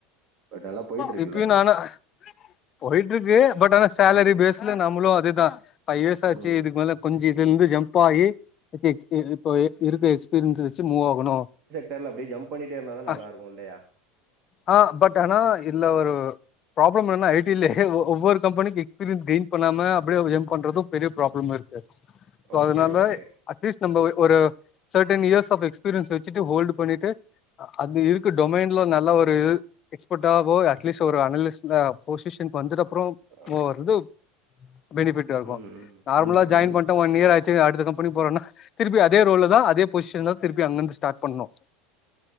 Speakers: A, on the right; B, on the left.
A: பட் நல்லா போயிட்டு இருக்குல்ல.
B: யிப்பியு நானா போய்ட்டுருக்கு பட் ஆனா சேலரி
A: ம்,
B: பேஸ் நம்மளு அதேதா பைவ் இயர்ஸாச்சு
A: ம்.
B: யிதுக்கு மேல கொஞ்சோ யிதுந்து ஜம்ப்பாகி இப்போயிருக்க எக்ஸ்பீரியன்ஸ் வச்சு மூவ் ஆகணு
A: தெர்ல அப்டியே ஜம்ப் பண்ணிட்டேருந்தாதா நல்லாருக்குல்லயா
B: அ ஆ பட் ஆனா யிதுல்ல ஒரு ப்ராப்ளம் யென்னனா ஐடி லே ஒவ்வொரு கம்பனி எஸ்பீரியன் கெயின் பண்ணாம அப்டியே ஜம் பண்றது பெரிய ப்ராப்ளமாருக்கு சோ
A: ஓகே,
B: அதுனால
A: ஓகே.
B: அட்லீஸ்ட் நம்ப ஒரு சர்ட்டன் இயர்ஸ் ஆஃப் எக்ஸ்பீரியன்ஸ் வச்சுட்டு ஹோல்டு பண்ணிட்டு அதுருக்குட் டொமைன்ல ஒரு எக்ஸ்பர்ட்டாவோ அட்லீஸ் ஒரு அனாலிஸா பொசிஷன் வந்துர அப்றோ
A: அ.
B: ஒவ்வொருயிது பெனிபிட்டாருக்கு
A: ம், ம்,
B: நார்மலா
A: ம்,
B: ஜாயின்
A: ம்.
B: பண் ஒன்னியராச்சி அடுத்த கம்பனி போறன்னா திருப்பி அதே ரோல்ல தா அதே பொசிஷன் திருப்பி அங்கருந்துஸ்டார்ட் பண்ணனு